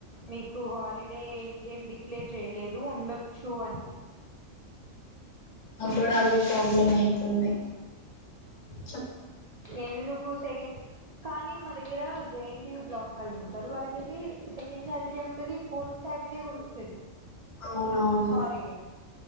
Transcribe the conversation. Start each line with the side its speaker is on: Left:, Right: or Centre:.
Right: మీకు హాలిడే ఇంకేం డిక్లేర్ చేయలేదు ఉండొచ్చు అని
Left: అప్పుడు అదె ప్రాబ్లమ్ అయితుంది చె
Right: ఎందుకు సెకండ్ కానీ మా దగ్గర జెఎన్టియు బ్లాక్ కళ్ళు ఉంటారు వాళ్ళకైతే సెకండ్ సాటర్డే ఉంటది ఫోర్త్ సాటర్డే కూడా ఉంటది
Left: అవునవును
Right: హాలిడే